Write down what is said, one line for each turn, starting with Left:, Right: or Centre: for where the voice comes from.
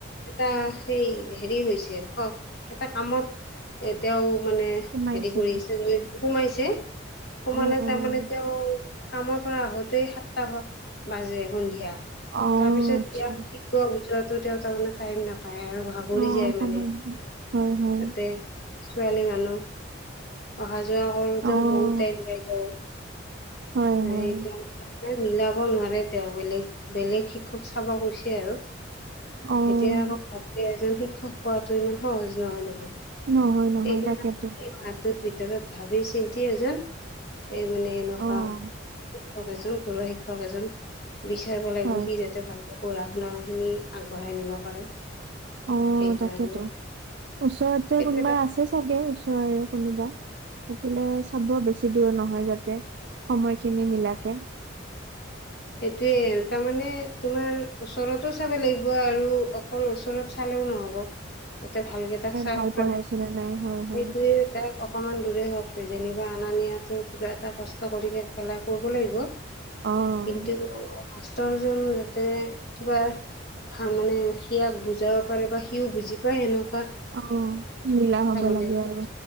Left: এটা সেই হেৰি হৈছে খ এটা কামত এ তেওঁ মানে
Right: সোমাইছে
Left: হেৰি কৰিছে সোমাইছে সোমালে
Right: অ',
Left: তাৰ
Right: অ'।
Left: মানে তেওঁ কামত পৰা আহোতে সাতটা বাজে সন্ধিয়া
Right: অ',
Left: তাৰ পিছত
Right: আচ্ছা
Left: ইয়াক শিকোৱা যোৱাতো তেওঁ তাৰমানে টাইম নাপায় আৰু ভাগৰি
Right: অ',
Left: যায়
Right: সময়
Left: মানে
Right: নহয়। হয়, হয়।
Left: তাতে ছোৱালী মানুহ অহা যোৱা কৰোঁতেও
Right: অ',
Left: বহুত টাইম যায়টো
Right: হয়,
Left: হয়েই
Right: হয়।
Left: কামটা মিলাব নোৱাৰে তেওঁ বেলেগ বেলেগ শিক্ষক চাব কৈছে আৰু
Right: অ',
Left: এতিয়া আকৌ ঘবকে এজন শিক্ষক পোৱাটো ইমান সহজ নহয়-নহয়।
Right: নহয়, নহয়
Left: সেইকাৰণে
Right: তাকেতো
Left: এই মাহটোত ভিতৰত ভাবি চিন্তি এজন এই মানে এনেকুৱা
Right: অ',
Left: শিক্ষক এজন ঘৰুৱা শিক্ষক এজন বিচাৰিব লাগিব
Right: হয়।
Left: সি যাতে ভালকে পঢ়া শুনা খিনি আগবঢ়াই নিব পাৰে
Right: অ',
Left: সেইকাৰণে
Right: তাকেইটো ওচৰতে
Left: সেইটো
Right: কোনোবা
Left: এটা
Right: আছে চাগে ওচৰেৰে কোনোবা থাকিলে চাব বেছি দূৰ নহয় যাতে সময়খিনি মিলাকে
Left: <inaudible> সেইটোৱে তাৰ মানে তোমাৰ ওচৰতো চাব লাগিব আৰু অকল ওচৰত চালে চালেও নহ'ব তাতে ভালকে তাক চাব
Right: ভাল পঢ়াইছে
Left: পাৰে সেইটোৱে
Right: নে নাই হয়, হয়।
Left: তাৰ অকমান দূৰে হওক যেনিবা অনা নিয়াতো কিবা এটা কষ্ট কৰি পেলাই কৰিব লাগিব
Right: অ',
Left: কিন্তু মাষ্টৰজন যাতে কিবা ভাল মানে সিয়াক বুজাব পাৰে বা সিও বুজি পায় হেনক।
Right: অ', মিলা হব
Left: লাগিব
Right: লাগে আৰু